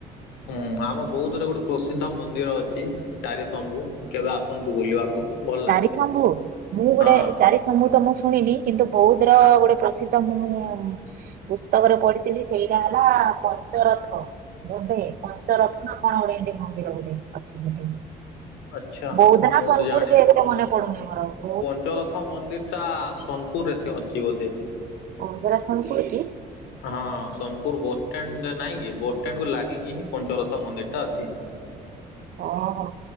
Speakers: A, on the left; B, on the right.
A: ହୁଁ, ଆମ ବୌଦ୍ଧରେ ଗୋଟେ ପ୍ରସିଦ୍ଧ ମନ୍ଦିର ଅଛି, ଚାରିଶମ୍ଭୁ। କେବେ ଆସନ୍ତୁ ବୁଲିବାକୁ। ଭଲ ଲାଗେ
B: ଚାରିଗ୍ରାମ୍ଭୁ, ମୁଁ ଗୋଟେ
A: ହଁ
B: ଚାରିସମ୍ଭୁ ତ ମୁଁ ଶୁଣିଲି କିନ୍ତୁ ବୌଦ୍ଧର
A: ହଁ
B: ଗୋଟେ ପ୍ରସି ତ ମୁଁ ପୁସ୍ତକରେ ପଢିଥିଲି, ସେଇଟା ହେଲା ପଞ୍ଚରଥ। ବୋଧେ ପଞ୍ଚରଥ ନା କଣ ଗୋଟେ ଏମତି ମନ୍ଦିର ଗୋଟେ ଅଛି ସେଠି।
A: ଆଚ୍ଛା
B: ବୌଦ୍ଧନା
A: ମୁଁ
B: ସୋନପୁର
A: ତ ଜାଣିନି
B: କିଏ ଗୋଟେ ମନେ ପଡୁନି ମୋରଆଉ।
A: ପଞ୍ଚରଥ ମନ୍ଦିର ଟା ସୋନପୁରରେ ଥି ଅଛି ବୋଧେ।
B: ଓ ସେରା ସୋନପୁରୁ କି?
A: ହଁ, ସୋନପୁର ବସ୍ ଷ୍ଟାଣ୍ଡ ଟେ ନାଇଁ କି, ବସ୍ ଷ୍ଟାଣ୍ଡ କୁ ଲାଗି ଲାଗିକି ହିଁ ପଞ୍ଚରଥ ମନ୍ଦିର ଟା ଅଛି।
B: ଓହୋ,